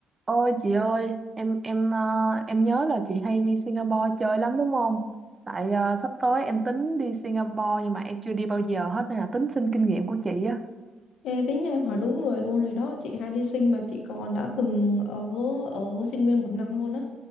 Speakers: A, on the right; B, on the left.
A: Ôi chị ơi, em em ờ, em nhớ là chị hay đi Singapore chơi lắm đúng không? Tại ờ, sắp tới em tính đi Singapore nhưng mà em chưa đi bao giờ hết nên là tính xin kinh nghiệm của chị á.
B: Ê, tính nhà em hỏi đúng người luôn rồi đó chị hay đi sinh mà chị còn đã từng ở ở sinh viên một năm luôn á